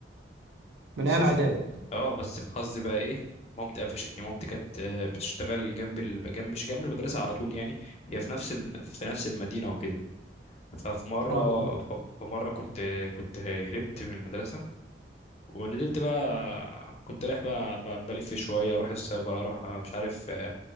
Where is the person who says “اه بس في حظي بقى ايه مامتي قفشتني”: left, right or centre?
Left